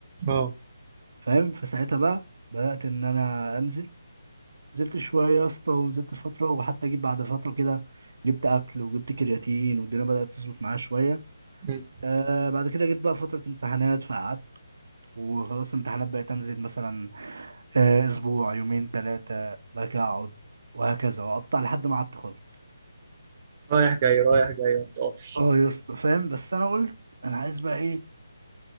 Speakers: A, on the right; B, on the right.
A: اه
B: فاهم فساعتها بقى بدات ان انا انزل نزلت شوية يا اسطى ونزلت فترة وحتى جيت بعد فترة كده جبت أكل وجبت كرياتين والدنيا بدأت تظبط معايا شوية
A: مم.
B: آه بعد كده جيت بقى فترة امتحانات فقعدت وخلاص الامتحانات بقت أنزل مثلا آه أسبوع يومين ثلاثة بعد كده أقعد وهكذا وأقطع لحد ما قعدت خالص
A: رايح جاي رايح جاي ما بتقفش
B: اه يا اسطى فاهم بس أنا قلت أنا عايز بقى إيه